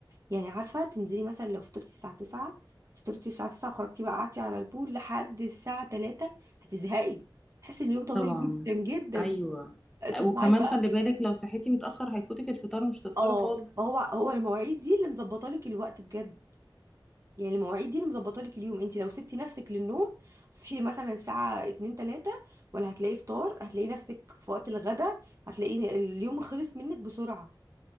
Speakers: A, on the right (about 40°); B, in the centre.
A: يعني عارفة تنزلي مثلا لو فطرتي الساعة 9 فطرتي الساعة 9 وخرجتي بقى قعدتي على البول لحد الساعة 3 هتزهقي تحسي اليوم طويل
B: طبعا
A: جدا جدا
B: ايوه
A: تطلعي
B: وكمان
A: بقى
B: خلي بالك لو صحيتي متأخر هيفوتك الفطار ومش هتفطروا
A: اه
B: خالص
A: ما هو هو المواعيد دي اللي مظبطه لك الوقت بجد يعني المواعيد دي اللي مظبطه لك اليوم انت لو سبتي نفسك للنوم تصحي مثلا الساعة 2 3 ولا هتلاقي فطار هتلاقي نفسك في وقت الغدا هتلاقي اليوم خلص منك بسرعة